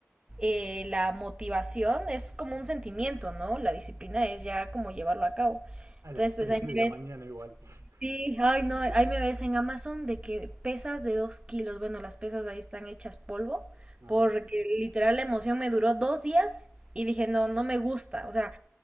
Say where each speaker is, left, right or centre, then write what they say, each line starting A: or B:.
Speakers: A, on the right; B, on the right.
A: eh, la motivación es como un sentimiento, ¿no? La disciplina es ya como llevarlo a cabo.
B: A
A: Entonces,
B: las tres
A: pues ahí me
B: de la
A: ves
B: mañana igual. <laughs>
A: Sí, ay no, ahí me ves en Amazon de que pesas de dos kilos, bueno, las pesas ahí están hechas polvo,
B: Ajá.
A: porque literal la emoción me duró dos días y dije, no, no me gusta, o sea,